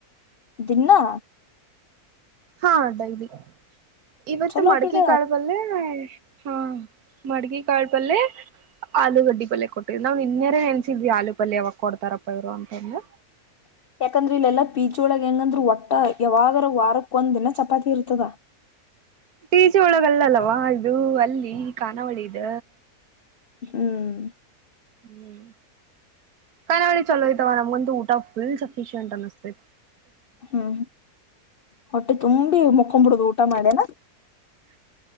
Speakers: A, on the left; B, on the right.
A: ದಿನ್ನ
B: ಹಾ ಡೈಲಿ ಇವತ್ತು
A: ಚಲೋ
B: ಮಡಿಕೆ
A: ಬಿಡ
B: ಕಾಳ ಬಲ್ಲೇ ಹ ಮಡ್ಗಿ ಕಾಳ ಪಲ್ಲ್ಯೆ ಆಲೂಗಡ್ಡಿ ಪಲ್ಯ ಕೊಟ್ಟಿದ್ ನಾವ್ ಇನ್ನೆರ ನೆನ್ಸಿದ್ವಿ ಆಲೂ ಪಲ್ಯ ಯಾವಾಗ ಕೊಡ್ತಾರಪ್ಪವ್ರು ಅಂತಂದ್ರ
A: <inaudible> ಯಾಕಂದ್ರೆ ಇಲ್ಲೆಲ್ಲಾ ಪೀಜೊಳಗೆ ಹೆಂಗಂದ್ರರು ಒಟ್ಟ ಯಾವಾಗರ ವಾರಕ್ಕೊ ಒಂದ್ ದಿನ ಚಪಾತಿ ಇರ್ತದ ಹ <inaudible>
B: ಟೀಜೆ ಒಳಗಲ್ಲಲ್ಲವಾ ಇದು ಅಲ್ಲಿ ಕಖಾನಾವಳಿ ಇದ
A: ಹ್ಮ್
B: ಹ್ಮ್ ಕ ನವೇಳ ಚಲೋಯತ ನಮಗಂತು ಊಟ ಫುಲ್ಲ್ ಸಫಿಶಿಯಂಟ್ ಅನಸ್ತ
A: ಹ್ಮ್ ಹೊಟ್ಟೆ ತುಂಬಿ ಮುಕ್ಕೊ್ಬಿಡುದು ಊಟ ಮಾಡೇನ